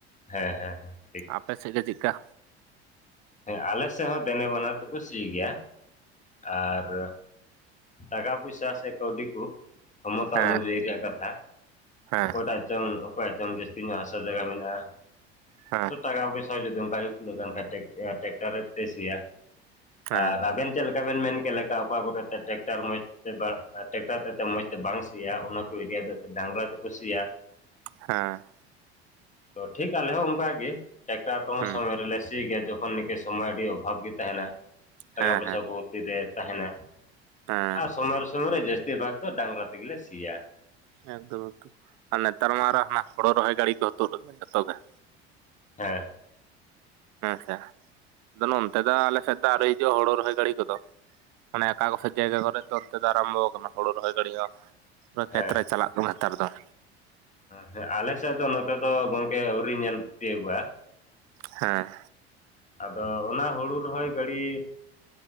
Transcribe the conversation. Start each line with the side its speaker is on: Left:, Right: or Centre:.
Left: ᱦᱮᱸ ᱦᱮᱸ ᱦᱮᱸ ᱾
Right: ᱟᱯᱮ ᱥᱮᱫ ᱜᱮ ᱪᱮᱫᱠᱟ?
Left: ᱦᱮᱸ ᱟᱞᱮ ᱥᱮᱫ ᱦᱚᱸ ᱫᱮᱱᱮ ᱵᱟᱱᱟᱨ ᱛᱮᱠᱚ ᱥᱤ ᱜᱮᱭᱟ ᱾ ᱟᱨ ᱴᱟᱠᱟ ᱯᱩᱭᱥᱟᱹ ᱥᱮ ᱠᱟᱹᱣᱰᱤ ᱠᱩ ᱠᱷᱚᱢᱚᱛᱟ
Right: ᱦᱮᱸ
Left: ᱚᱱᱩᱡᱟᱭᱤ ᱨᱮᱭᱟᱜ ᱠᱟᱛᱷᱟ
Right: ᱦᱮᱸ
Left: ᱚᱠᱚᱭᱴᱟᱜᱼᱼ ᱪᱚᱝ ᱚᱠᱚᱭ ᱪᱚᱝ ᱡᱟᱹᱥᱛᱤ ᱧᱚᱜ ᱦᱟᱥᱟ ᱡᱟᱭᱜᱟ ᱢᱮᱱᱟᱜᱼᱟ,
Right: ᱦᱮᱸ
Left: ᱛᱚ ᱴᱟᱠᱟ ᱯᱚᱭᱥᱟᱹ ᱡᱩᱫᱤ ᱚᱱᱠᱟ ᱜᱮᱼᱼ ᱴᱮᱠᱴᱟᱨᱮ ᱛᱮ ᱥᱤᱭᱟ
Right: ᱦᱮᱸ
Left: ᱟᱨ ᱟᱵᱮᱱᱼᱼ ᱪᱮᱫ ᱞᱮᱠᱟ ᱵᱮᱱ ᱢᱮᱱ ᱠᱮᱫ ᱞᱮᱠᱟ ᱚᱠᱟ ᱠᱚᱨᱮᱛᱮ ᱴᱮᱠᱴᱟᱨ ᱢᱚᱡᱽ ᱴᱮᱠᱴᱟᱨ ᱛᱮ ᱢᱚᱸᱡᱽ ᱛᱮ ᱵᱟᱝ ᱥᱤᱭᱟ ᱚᱱᱟ ᱠᱚ ᱮᱨᱤᱭᱟ ᱫᱚ ᱰᱟᱝᱨᱟ ᱛᱮᱠᱚ ᱥᱤᱭᱟ ᱾
Right: ᱦᱮᱸ ᱾
Left: ᱴᱷᱤᱠ ᱟᱞᱮ ᱦᱚᱸ ᱚᱱᱠᱟ ᱜᱮ ᱴᱮᱠᱴᱟᱨ ᱠᱚᱦᱚᱸ
Right: ᱦᱮᱸ
Left: ᱥᱚᱢᱚᱭ ᱨᱮᱞᱮ ᱥᱤ ᱜᱮᱭᱟ, ᱡᱚᱠᱷᱚᱱ ᱛᱚᱠᱷᱚᱱ ᱱᱤᱠᱟᱹ ᱥᱚᱢᱚᱭ ᱟᱹᱰᱤ ᱚᱵᱷᱟᱵᱽ ᱜᱮ ᱛᱟᱦᱮᱱᱟ, ᱴᱟᱠᱟ
Right: ᱦᱮᱸ
Left: ᱯᱚᱭᱥᱟᱹ
Right: ᱦᱮᱸ
Left: ᱠᱚ ᱛᱤ ᱨᱮ ᱛᱟᱦᱮᱱᱟ ᱾
Right: ᱦᱮᱸ ᱾
Left: ᱥᱚᱢᱚᱭ ᱨᱮ ᱥᱚᱢᱚᱭ ᱨᱮ ᱡᱟᱹᱥᱛᱤ ᱵᱷᱟᱜᱽ ᱫᱚ ᱰᱟᱝᱨᱟ ᱛᱮ ᱜᱮᱞᱮ ᱥᱤᱭᱟ ᱾
Right: ᱮᱠᱫᱚᱢ ᱮᱠᱫᱚᱢ ᱟᱨ ᱱᱮᱛᱟᱨ ᱢᱟ ᱟᱨᱚ ᱦᱟᱱᱟᱜ ᱦᱳᱲᱳ ᱨᱚᱦᱚᱭ ᱜᱟᱹᱲᱤ ᱠᱚᱦᱚᱸ ᱛᱩᱫ ᱟᱠᱟᱱᱟ ᱡᱚᱛᱚᱜ ᱜᱮ ᱾
Left: ᱦᱮᱸ ᱾
Right: ᱦᱮᱸ ᱥᱮ, ᱟᱫᱚ ᱱᱚᱱᱛᱮ ᱫᱚ ᱟᱞᱮ ᱥᱮᱫ ᱫᱚ ᱟᱹᱣᱨᱤ ᱦᱤᱡᱩᱜᱼᱟ ᱦᱩᱲᱩ ᱨᱚᱦᱚᱭ ᱜᱟᱹᱲᱤ ᱠᱚᱫᱚ ᱾ ᱢᱟᱱᱮ ᱚᱠᱟ ᱠᱚᱥᱮᱫ ᱡᱟᱭᱜᱟ ᱠᱚᱨᱮ ᱫᱚ ᱚᱱᱛᱮ ᱫᱚ ᱟᱨᱟᱢᱵᱚ ᱟᱠᱟᱱᱟ ᱦᱩᱲᱩ ᱨᱚᱦᱚᱭ ᱜᱟᱹᱲᱤ ᱦᱚᱸ ᱾ ᱯᱩᱨᱟᱹ ᱠᱷᱮᱛᱨᱮ
Left: ᱦᱮᱸ
Right: ᱪᱟᱞᱟᱜ ᱛᱟᱢᱟ ᱱᱮᱛᱟᱨ ᱫᱚ ᱾
Left: ᱦᱮᱸ, ᱟᱞᱮ ᱥᱮᱫ ᱫᱚ ᱱᱚᱛᱮ ᱫᱚ ᱜᱚᱝᱠᱮ ᱟᱹᱣᱨᱤ ᱧᱮᱞ ᱛᱤᱭᱳᱜᱚᱜᱼᱟ ᱾
Right: ᱦᱮᱸ ᱾
Left: ᱟᱫᱚ ᱚᱱᱟ ᱦᱩᱲᱩ ᱨᱚᱦᱚᱭ ᱜᱟᱹᱲᱤ